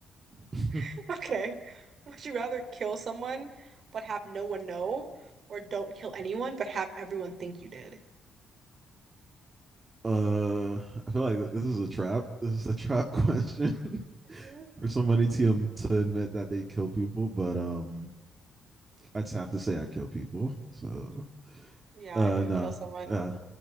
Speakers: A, on the right; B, on the right.
A: sure. <laughs>
B: <laughs> Okay. Would you rather kill someone but have no one know, or don't kill anyone but have everyone think you did?
A: uh, I feel like this is a trap. This is a trap question. <laughs>
B: Mhm.
A: for somebody to um, to admit that they kill people, but um, I'd have to say I'd kill people. So
B: Yeah,
A: uh,
B: I could
A: no,
B: kill someone.
A: uh,